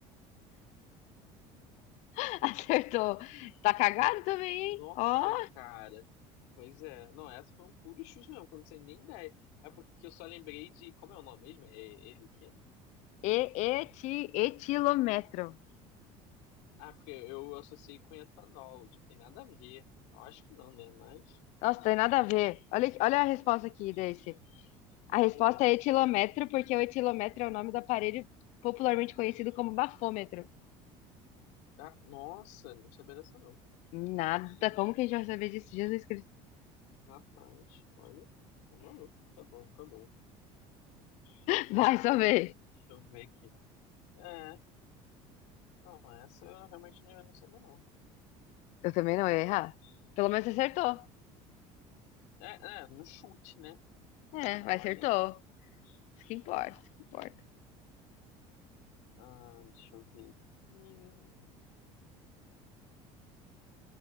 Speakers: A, on the left; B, on the left.
A: <laughs> Acertou. Tá cagado também, hein?
B: Nossa,
A: Ó,
B: cara. Pois é. Não, essa foi um puro chute mesmo, que eu não sei nem ideia. É porque eu só lembrei de. Como é o nome mesmo? É ele o quê?
A: e, eti, etilômetro.
B: Ah, porque eu associei com etanol, tipo, tem nada a ver. Eu acho que não, né? Mas.
A: Nossa, tem nada a ver. Olha, aqui- olha a resposta aqui desse. A resposta
B: Ah,
A: é etilômetro, porque o etilômetro é o nome do aparelho popularmente conhecido como bafômetro.
B: Ah, nossa, não sabia dessa não.
A: Nada, como que a gente vai saber disso? Jesus Cristo.
B: Rapaz, olha, tá maluco. Tá bom, tá bom.
A: <laughs>
B: Bem,
A: Vai, saber
B: deixa eu ver aqui. né? É, não, essa eu realmente não, não sabia não.
A: Eu também não ia errar. Pelo menos você acertou.
B: É, é, no chute, né?
A: É,
B: Então,
A: mas
B: olha,
A: acertou. Isso que importa, isso que importa.
B: ah, deixa eu ver aqui.